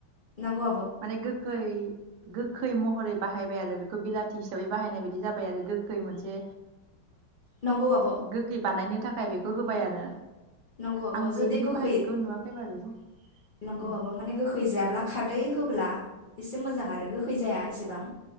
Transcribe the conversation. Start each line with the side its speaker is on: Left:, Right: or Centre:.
Left: नंगौ आब'
Right: माने गोखै गो खै महरै बाहायबाय आरो बेखो बिलाथि हिसाबै बाहायनाय बायदि जाबाय आरो गोखै मोनसे
Left: नंगौ आब'
Right: गोखै बानायनो थाखाय बेखौ होबाय आरो।
Left: नंगौ आब'
Right: आं बैग्रिनि
Left: जुदि गोखै
Right: बाहायथिखौ नुवाखै बारु उम
Left: नंगौ आब' माने गोखै जायाब्ला खारदै होब्ला एसे मोजां आरो गोखै जाया एसेबां।